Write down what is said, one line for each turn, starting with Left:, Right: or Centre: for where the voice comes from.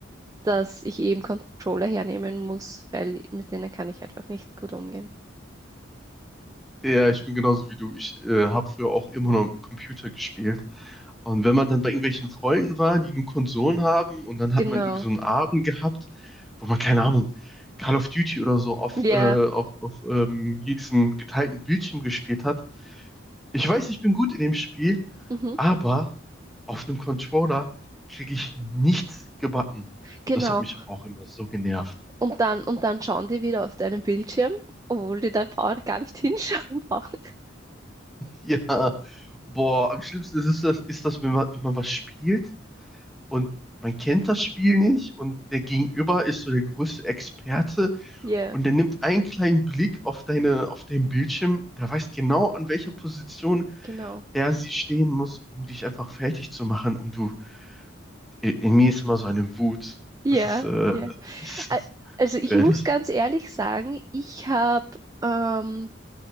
Right: dass ich eben Controller hernehmen muss, weil mit denen kann ich einfach nicht gut umgehen.
Centre: Ja, ich bin genauso wie du. Ich äh, habe früher auch immer noch am Computer gespielt. Und wenn man dann bei irgendwelchen Freunden war, die nur Konsolen haben, und dann hat
Right: Genau.
Centre: man irgendwie so einen Abend gehabt, wo man, keine Ahnung, Call of Duty oder so auf,
Right: Ja.
Centre: äh, auf, auf ähm, hier diesem geteilten Bildschirm gespielt hat. Ich weiß, ich bin gut in dem Spiel,
Right: Mhm.
Centre: aber auf einem Controller kriege ich nichts gebacken. Und
Right: Genau.
Centre: das hat mich auch immer so genervt. <laughs>
Right: Und dann, und dann schauen die wieder auf deinen Bildschirm, obwohl die da brauchen, gar nicht hinschauen <laughs> brauchen.
Centre: Ja, boah, am schlimmsten ist es das, ist das, wenn man, wenn man was spielt und man kennt das Spiel nicht und der Gegenüber ist so der größte Experte
Right: Ja,
Centre: und der nimmt einen kleinen Blick auf deine, auf deinen Bildschirm, der weiß genau, an welcher Position
Right: genau.
Centre: er sie stehen muss, um dich einfach fertig zu machen. Und du, in mir ist immer so eine Wut.
Right: Ja,
Centre: Das ist, äh,
Right: ja.
Centre: das ist
Right: Ä- Also ich
Centre: gefährlich.
Right: muss ganz ehrlich sagen, ich habe ähm,